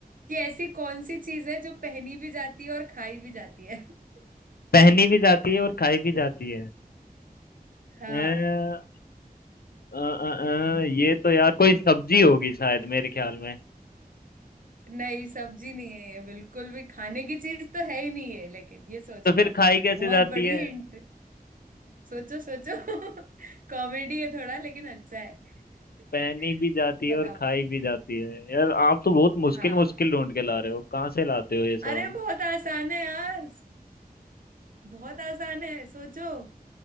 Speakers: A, on the right; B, on the left.
A: कि ऐसी कौन सी चीज है जो पहनी भी जाती है और खाई भी जाती है <laughs>
B: पहनी भी जाती है और खाई भी जाती है
A: हाँ
B: अ, अ, अ, अ, ये तो यार कोई सब्जी होगी शायद मेरे ख्याल में
A: नहीं सब्जी नहीं है ये बिल्कुल भी खाने की चीज तो है ही नहीं है लेकिन ये सोच
B: तो फिर
A: लो आप।
B: खाई कैसे
A: बहुत
B: जाती
A: बड़ी
B: है
A: हिंट सोचो सोचो <laughs> कॉमेडी है थोड़ा लेकिन अच्छा है
B: पहनी
A: <laughs>
B: भी जाती है
A: बताओ
B: और खाई भी जाती है यार आप तो बहुत मुश्किल
A: हाँ
B: मुश्किल ढूंढ के ला रहे हो कहाँ से लाते हो ये सब
A: अरे बहुत आसान है यार बहुत आसान है सोचो